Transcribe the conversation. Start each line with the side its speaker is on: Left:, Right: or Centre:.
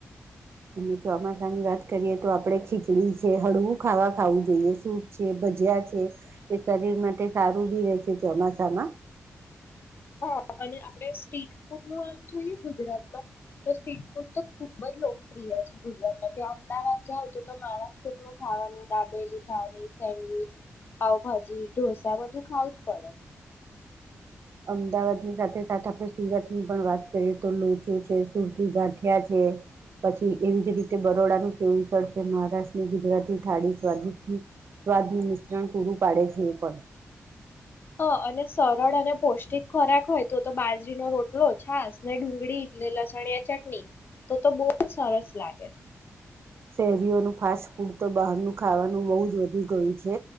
Right: અને ચોમાસાની વાત કરીએ તો આપણે ખીચડી છે હળવું ખાવા ખાવું જોઈએ સૂપ છે ભજીયા છે એ શરીર માટે સારું બી રહે છે ચોમાસામાં
Left: હા અને આપડણે સ્ટ્રીટ ફૂડ નું આમ જોઈએ ગુજરાતમાં તો સ્ટ્રીટ ફૂડ તો ખુબ જ લોકપ્રિય છે ગુજરાતમાં કે અમદાવાદ જાવ તો તો માણક ચોક નું ખાવાનું દાબેલી ખાવાની સેન્ડવીચ પાવભાજી ઢોસા બધું ખાવું જ પડે
Right: અમદાવાદની સાથે સાથે આપણે સુરતની પણ વાત કરીએ તો લોચો છે સુરતી ગાંઠિયા છે પછી એવી જ રીતે બરોડાનું સેવું ચળશે મહારાષ્ટ્રની ગુજરાતી થાળી સ્દ સ્વાદનું મિશ્રણ પૂરું પાડે છે એ પણ
Left: હા અને સરળ અને પૌષ્ટિક ખોરાક હોય તો તો બાજરીનો રોટલો છાસ ને ડુંગળી એટલે લસણિયા ચટણી તો તો બહુ જ સરસ લાગે
Right: શહેરીઓનું ફાસ્ટ ફૂડ તો બહારનું ખાવાનું બહુ જ વધી ગયું છે